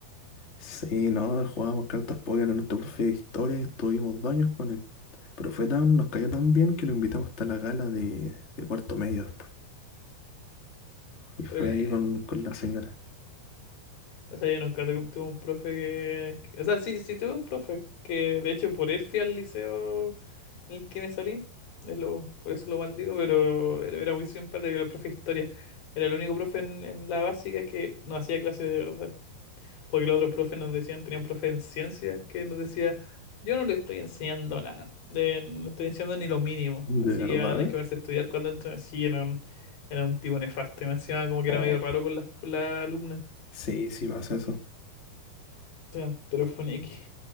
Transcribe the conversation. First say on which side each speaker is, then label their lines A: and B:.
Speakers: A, on the left (about 30°); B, on the left (about 60°).
A: sí, no, jugábamos cartas Pokémon en nuestro profe de historia y estuvimos dos años con él. Pero fue tan, nos cayó tan bien que lo invitamos hasta la gala de, de cuarto medio después. Y fue
B: Tremendo.
A: ahí con, con la señora.
B: O sea, yo nunca tu- tuve un profe que... que- O sea, sí, sí tuve un profe, que de hecho por él fui al liceo en el que me salí, es lo- por eso lo maldigo, pero era era muy simpático, era el profe de historia. Era el único profe en, en la básica que nos hacía clase de verdad. Porque los otros profes nos decían, tenía un profe en ciencias que nos decía, yo no le estoy enseñando nada, de- no le estoy enseñando ni lo mínimo,
A: ¿De
B: así
A: verdad?
B: que van a tener que verse a estudiar cuando entren. Sí, era un, era un tipo nefasto, y me encima como que
A: Oh,
B: era medio raro con las, con la alumna
A: sí, sí pasa eso.
B: Estudiante de telefonía <laughs>